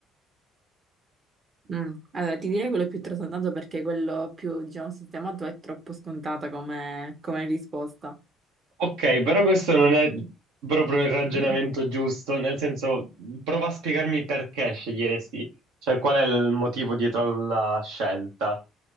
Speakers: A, on the right; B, on the right.
A: Mm. Allora, ti direi quello più trasandato perché quello più, diciamo, sistemato è troppo scontata come, come risposta.
B: Ok, però questo non è proprio il
A: <laughs>
B: ragionamento giusto, nel senso, prova a spiegarmi perché sceglieresti, cioè qual è il motivo dietro alla scelta.